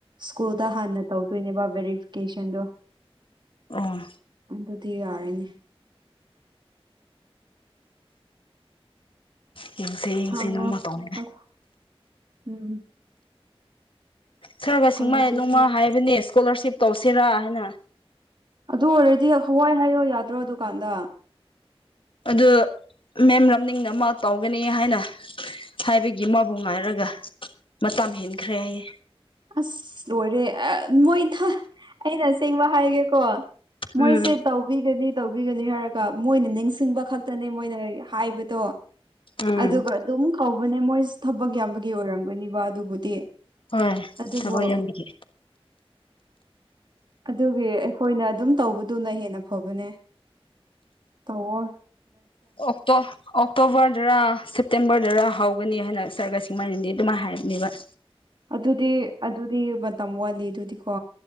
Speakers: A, on the right; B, on the left.
A: ꯁꯀꯨꯜꯗ ꯍꯥꯟꯅ ꯇꯧꯗꯣꯏꯅꯦꯕ ꯚꯦꯔꯤꯐꯤꯀꯦꯁꯟꯗꯣ
B: ꯑꯣ
A: ꯑꯗꯨꯗꯤ ꯌꯥꯔꯦꯅꯦ
B: ꯌꯦꯡꯁꯦ ꯌꯦꯡꯁꯦ
A: ꯍꯪꯉꯣ
B: ꯅꯣꯡꯃ ꯇꯧꯅꯤꯡꯉꯥꯏ
A: <unintelligible> ꯎꯝ
B: ꯈꯔꯒꯁꯤꯡꯃꯥꯏ
A: ꯁ꯭ꯀꯣꯂꯔꯁꯤꯞꯁꯨ
B: ꯅꯣꯡꯃꯥ ꯍꯥꯏꯕꯅꯦ ꯏꯁ꯭ꯀꯣꯂꯔꯁꯤꯞ ꯇꯧꯁꯤꯔꯥ ꯍꯥꯏꯅ
A: ꯑꯗꯨ ꯑꯣꯏꯔꯗꯤ ꯍꯋꯥꯏ ꯍꯥꯏꯌꯣ ꯌꯥꯗ꯭ꯔꯣ ꯑꯗꯨꯀꯥꯟꯗ
B: ꯑꯗꯨ ꯃꯦꯝ ꯔꯝꯅꯤꯡꯅ ꯃꯥ ꯇꯧꯒꯅꯤ ꯍꯥꯏꯅ ꯍꯥꯏꯕꯒꯤ ꯃꯕꯨ ꯉꯥꯏꯔꯒ ꯃꯇꯝ ꯍꯦꯟꯈ꯭ꯔꯦ ꯍꯥꯏꯌꯦ
A: ꯑꯁ ꯂꯣꯏꯔꯦ ꯑꯦ ꯃꯣꯏꯊꯥ ꯑꯩꯅ ꯑꯁꯦꯡꯕ ꯍꯥꯏꯒꯦꯀꯣ ꯃꯣꯏꯁꯦ
B: ꯎꯝ
A: ꯇꯧ ꯇꯧꯕꯤꯒꯅꯤ ꯇꯧꯕꯤꯒꯅꯤ ꯍꯥꯏꯔꯒ ꯃꯣꯏꯅ ꯅꯤꯡꯁꯤꯡꯕ ꯈꯛꯇꯅꯦ ꯃꯣꯏꯅ ꯍꯥꯏꯕꯗꯣ
B: ꯎꯝ
A: ꯑꯗꯨꯒ ꯑꯗꯨꯝ ꯀꯧꯕꯅꯦ ꯃꯣꯏꯁꯦ ꯊꯕꯛ ꯌꯥꯝꯕꯒꯤ ꯑꯣꯏꯔꯝꯒꯅꯤꯕ ꯑꯗꯨꯕꯨꯗꯤ
B: ꯍꯣꯏ
A: ꯑꯗꯨꯕꯨ
B: ꯊꯕꯛ ꯌꯥꯝꯕꯤꯒꯤ
A: ꯑꯗꯨꯒꯤ ꯑꯩꯈꯣꯏꯅ ꯑꯗꯨꯝ ꯇꯧꯕꯗꯨꯅ ꯍꯦꯟꯅ ꯐꯕꯅꯦ ꯇꯧꯑꯣ
B: ꯑꯣꯛꯇꯣ ꯑꯣꯛꯇꯣꯕꯔꯗꯔ ꯁꯦꯞꯇꯦꯝꯕꯔꯗꯔ ꯍꯧꯒꯅꯤ ꯍꯥꯏꯅ ꯁꯥꯔꯒꯁꯤꯃꯥꯏꯅꯗꯤ ꯑꯗꯨꯃꯥꯏꯅ ꯍꯥꯏꯔꯅꯦꯕ
A: ꯑꯗꯨꯗꯤ ꯑꯗꯨꯗꯤ ꯃꯇꯝ ꯋꯥꯠꯂꯤ ꯑꯗꯨꯗꯤꯀꯣ